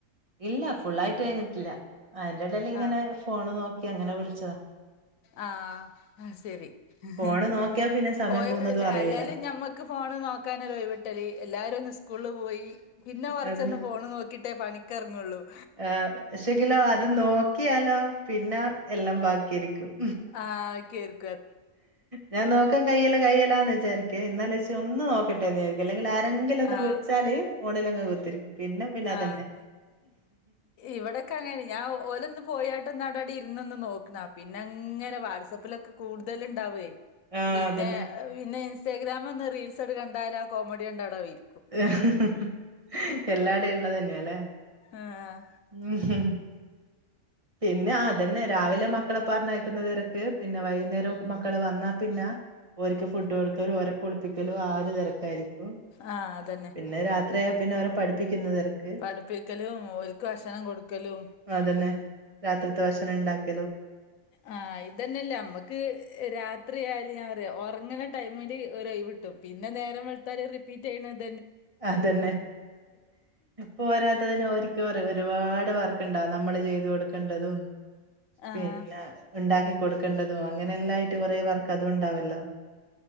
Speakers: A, on the right; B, on the left.
A: ഇല്ല ഫുള്ളായിട്ട് കഴിഞ്ഞിട്ടില്ല അതിന്റെ ഇടേൽ ഇങ്ങനെ
B: ആഹ്
A: ഫോണ് നോക്കി അങ്ങനെ വിളിച്ചതാ-
B: ആഹ് ശരി
A: ഫോണ്
B: ഹ് ഹ്-
A: നോക്കിയാ പിന്നെ സമയം
B: ഓ
A: പോകുന്നതും
B: അ
A: അറിയൂല.
B: അല്ലോലും ഞമ്മക്ക് ഫോണ് നോക്കാനോരോഴിവിട്ടല് എല്ലാരും ഒ- സ്കൂള് പോയി പിന്നെ കൊറച്ചന്ന്
A: അതന്നെ.
B: ഫോണ് നോക്കിട്ടേ പണിക്കെറങ്ങുള്ളൂ-
A: ആഹ് പക്ഷെങ്കിലോ അത് നോക്കിയാലോ പിന്നെ എല്ലാം ബാക്കിയാരിക്കും-
B: ആക്കീർ-
A: ഞാൻ നോക്കൻ കൈയെല്ല കൈയെല്ലാന്ന് വിചാരിക്കേ എന്നാലേച്ച ഒന്ന് നോക്കട്ടൊന്നിജ- അല്ലെങ്കിൽ ആരെങ്കിലൊന്ന്
B: ആഹ്
A: വിളിച്ചാല് ഫോണിലങ് കുത്തിരിക്കും- പിന്നെ പിന്നെ അതന്നെ.
B: ആഹ് ഇവടൊക്കെ അങ്ങനെ ഞാൻ ഓലൊന്ന് പോയാട്ടൊന്നവിടെരി- ഇരിന്നൊന്ന് നോക്കണ പിന്നെ അങ്ങനെ വാട്സആപ്പിലൊക്കെ കൂടുതല് ണ്ടാവുവേ-
A: ആ
B: പിന്നെ
A: അതന്നെ.
B: പിന്നെ ഇൻസ്റ്റാഗ്രാംന്ന് റീൽസ് ഒക്കെ കണ്ടാലോ കോമഡി കണ്ട അവിടങ്ങിട്ടിരി
A: ഹ് ഹ് എല്ലാടെയും ഉള്ളത് തന്നെയല്ലേ.
B: ആഹ്
A: മ്ഹും. പിന്നെ അതന്നെ രാവിലെ മക്കളെ പറഞ്ഞയക്കുന്ന തിരക്ക്. പിന്നെ വൈകുന്നേരം മക്കള് വന്നാൽ പിന്നെ ഓർക്ക് ഫുഡ് കൊടുക്കലും ഒരെ കുളിപ്പിക്കലും ആ ഒരു തിരക്കായിരിക്കും-
B: ആഹ് അതന്നെ
A: പിന്നെ രാത്രിയായ പിന്നെ അവരെ പഠിപ്പിക് തെരക്ക്
B: പഠിപ്പിക്കലും ഓൽക്ക് ഭക്ഷണം കൊടുക്കലും
A: അ അതന്നെ- ത്തെ ഭക്ഷണണ്ടാക്കി.
B: ആഹ് ഇതന്നെല്ലേ നമ്മക്ക്, രാത്രിയായാല് ഞാൻ പറയാ ഒറങ്ങണ ടൈമില് ഓരിയിവിട്ടും. പിന്നെ നേരം വെള്താല് റിപ്പീറ്റ് ചെയ്യണത്
A: അതന്നെ. പോരാത്തതിന് ഓര്ക്ക് ഒരുപാട് വർക്ക്‌. ണ്ട നമ്മള് ചെയ്ത് കൊടുക്കേണ്ടതും,
B: ആഹ്
A: പിന്നെ ഇണ്ടാക്കി കൊടുക്കേണ്ടതും അങ്ങനെ എല്ലായിട്ട് കൊറേ വർക്ക് അതുംണ്ടാവല്ലോ.